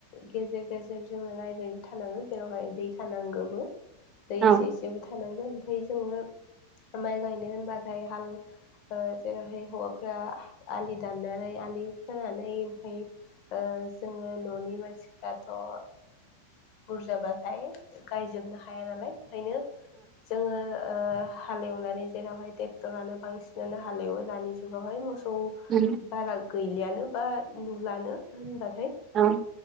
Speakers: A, on the left (about 40°); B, on the right (about 30°).
A: गेजेर गेजेर जोङो नायबायबो थानांगो जेरावहाय दै थानांगौबो दै
B: औ
A: एसे एसेबो था नांगोन ओमफाय जोङो माइ गायनो होनबाथाय हाल ओ जेरैहाय हौवाफ्रा आलि दाननानै। दालि खोनानै ओमफाय ओ जोङो न'नि मानसिफ्राथ'ओ बुरजाबाथाय गायजोबनो हाया नालाय ओंखायनो जोङो ओ हालेवनानै जेरावहाय ट्रेक्टरानो बांसिनानो हालेवो दानि जुगावहाय मसौ औ
B: उम
A: बारा गैलियानो बा नुलानो होनबा फाय
B: औ